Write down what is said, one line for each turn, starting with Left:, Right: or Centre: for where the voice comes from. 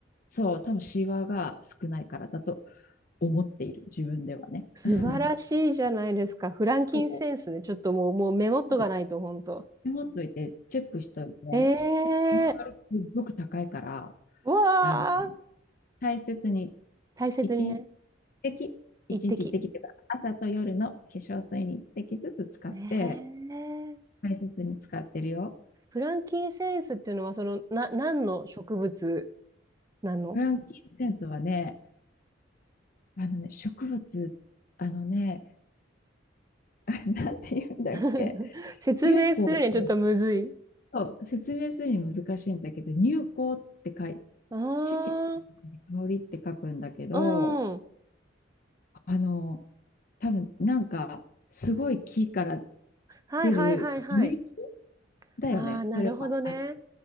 Left: そう、多分シワが少ないからだと思っている、自分ではね。
Right: 素晴らしいじゃないですか。
Left: <laughs>
Right: フランキンセンスね。
Left: そ
Right: ちょっともう、もうメモっとかないと、
Left: うそ
Right: ほんと。
Left: う持っといて、チェックしといて、
Right: ええー、
Left: 周りすっごく高いから、
Right: うわー、
Left: あの、大切に、
Right: 大切にね、
Left: 1日滴、
Right: 一滴。
Left: 一日一滴っていうか、朝と夜の化粧水に一滴ずつ使って、
Right: ええー、
Left: 大切に使ってるよ。
Right: フランキンセンスっていうのは、その、な、何の植物なの
Left: フランキーセンスはね、あのね、植物、あのね、あれなんて言うんだっけ、
Right: <laughs> 説明するにはちょっとむずい。
Left: 乳香って、そう、説明するに難しいんだけど、乳香って書い、
Right: あ
Left: 乳、香りって書くんだけど、
Right: あ、うん。
Left: あの、多分なんか、すごい木から
Right: はいはいはいはい。
Left: 出る樹液だよね、
Right: ああ、なるほどね。
Left: それは。あの、